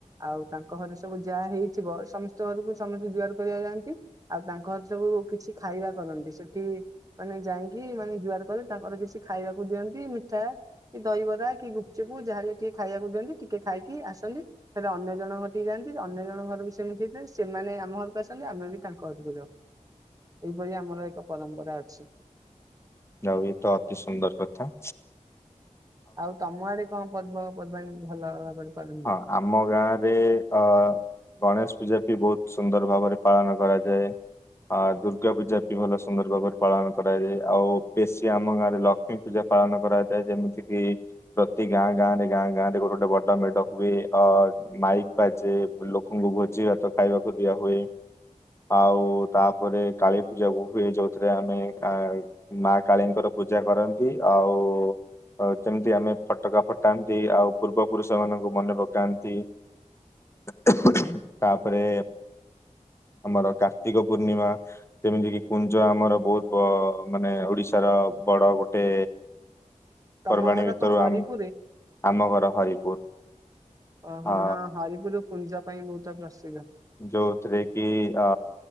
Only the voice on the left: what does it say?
ଯାହା ହେଉ ଇଏତ ଅତି ସୁନ୍ଦର କଥା।
ହଁ ଆମ ଆମ ଗାଁରେ ଅ ଗଣେଶ ପୂଜା ବି ବହୁତ ସୁନ୍ଦର ଭାବରେ ପାଳନ କରାଯାଏ। ଆ ଦୁର୍ଗା ପୂଜା ବି ଭଲ ସୁନ୍ଦର ଭାବରେ ପାଳନ କରାଯାଏ ଆଉ ବେଶୀ ଆମ ଗାଁରେ ଲ ଲକ୍ଷ୍ମୀ ପୂଜା ପାଳନ କରାଯାଏ ଯେମିତି କିି ପ୍ରତି ଗାଁ ଗାଁ ରେ ଗାଁ ଗାଁ ରେ ଗୋଟେ ଗୋଟେ ବଡ ମେଢ। ହୁଏ ଅ ମାଇକ୍ ବାଜେ ଲୋକଙ୍କୁ ଭୋଜି ଭାତ ଖାଇବାକୁ ଦିଆ ହୁଏ। ଆଉ ତାପରେ କାଳୀ ପୂଜା ବି ହୁଏ ଯୋଉଥିରେ ଆମେ କା ମା କାଳୀଙ୍କର ପୂଜା କରନ୍ତି ଆଉ ଆଉ ଯେମିତି ଆମେ ଫଟକା ଫଟାନ୍ତି ଆଉ ପୂର୍ବ ପୁରୁଷ ମାନଙ୍କୁ ମନେ ପକାନ୍ତି ତାପରେ ଆମର କାର୍ତ୍ତିକ ପୂର୍ଣ୍ଣିମା। ଯେମିତି କିି କୁଞ୍ଜ ଆମର ବହୁତ ମାନେ ଓଡିଶାର ବଡ ଗୋଟେ
ପର୍ବାଣୀ
ଭିତରୁ
ଆମ ଆମ ଘର ହରିପୁର।
ଆ
ଯୋଉଥିରେ କି ଆ